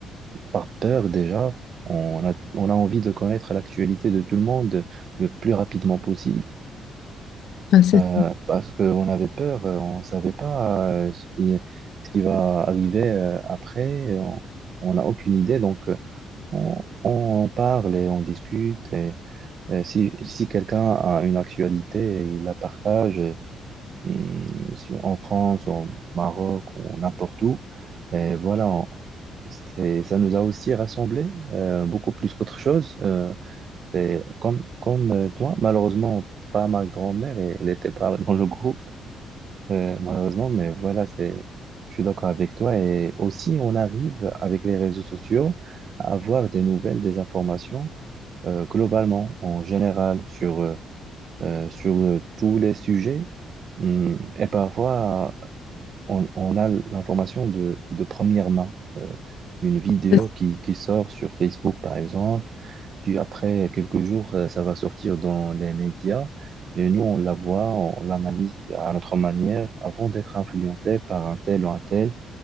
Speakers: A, on the right; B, on the left.
A: par peur déjà, on a, on a envie de connaître l'actualité de tout le monde le plus rapidement possible,
B: Enfin, c'est-
A: euh, parce qu'on avait peur, euh, on ne savait pas euh, ce qui, ce qui va arriver euh, après, et on on n'a aucune idée, donc euh, on, on en parle et on discute, et, euh, si, si quelqu'un a une actualité, il la partage, hum, sur- en France, au Maroc, ou n'importe où. Et voilà, on- c'est- ça nous a aussi rassemblés, euh, beaucoup plus qu'autre chose. Euh, c'est comme, comme euh, toi, malheureusement, pas ma grand-mère, et elle n'était pas <laughs> dans le groupe, euh, malheureusement, mais voilà, c'est, je suis d'accord avec toi. Et aussi, on arrive avec les réseaux sociaux à avoir des nouvelles, des informations, euh, globalement, en général, sur, euh, euh, sur euh, tous les sujets. Hum, Et parfois, on, on a l'information de, de première main. Euh, une vidéo
B: c'est-
A: qui, qui sort sur Facebook, par exemple, qui après quelques jours, euh, ça va sortir dans les médias. Et nous, on la voit, on l'analyse à notre manière avant d'être influencé par un tel ou un tel